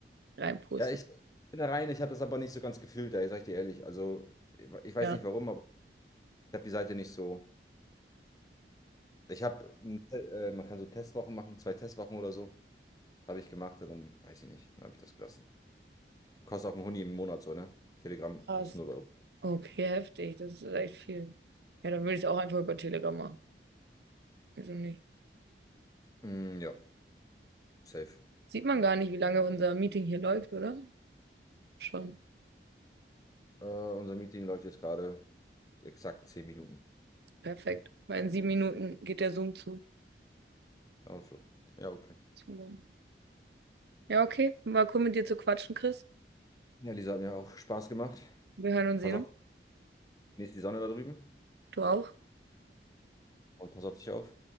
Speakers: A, on the right (about 70°); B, on the left (about 20°).
A: reinposten.
B: Ja, ich bin da rein, ich habe das aber nicht so ganz gefühlt, da sage ich dir ehrlich. Also, ich weiß
A: Ja,
B: nicht warum, aber ich habe die Seite nicht so. Ich habe, äh, man kann so Testwochen machen, zwei Testwochen oder so, habe ich gemacht und dann weiß ich nicht, dann habe ich das gelassen. Kostet auch ein Huni im Monat so, ne? Telegram
A: krass.
B: kostet 0 Euro.
A: Okay, heftig. Das ist echt viel. Ja, dann würde ich es auch einfach über Telegram machen. Wieso nicht?
B: Mm, ja, safe.
A: Sieht man gar nicht, wie lange unser Meeting hier läuft, oder? Schon.
B: Äh, unser Meeting läuft jetzt gerade exakt 10 Minuten.
A: Perfekt. Weil in sieben Minuten geht der Zoom zu.
B: Auch so. Ja, okay.
A: So. Ja, okay. War cool mit dir zu quatschen, Chris.
B: Ja, Lisa, hat mir auch Spaß gemacht.
A: Wir hören und
B: Pass
A: sehen
B: auf,
A: uns.
B: genieß die Sonne da drüben
A: Du auch.
B: und pass auf dich auf.